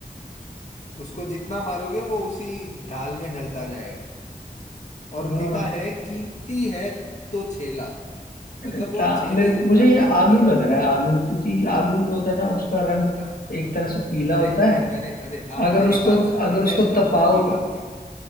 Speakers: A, on the left; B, on the left.
A: उसको जितना मारोगे वो उसी ढाल में ढलता जाएगा और
B: हाँ
A: लिखा है कीमती है तो छेला
B: का
A: मतलब वो छेले
B: मेरे
A: जितना
B: मुझे ये
A: कीमती
B: आलू
A: है
B: लग रहा है आलू क्योंकि आलू जो होता है ना उसका रंग
A: <laughs>
B: एक तरह से पीला
A: अरे
B: होता
A: अरे
B: है
A: अरे अरे आप
B: अगर
A: मेरी
B: उसको
A: बात सुनिए
B: अगर उसको
A: मैं धातु
B: तपाओ
A: की बात कर रहा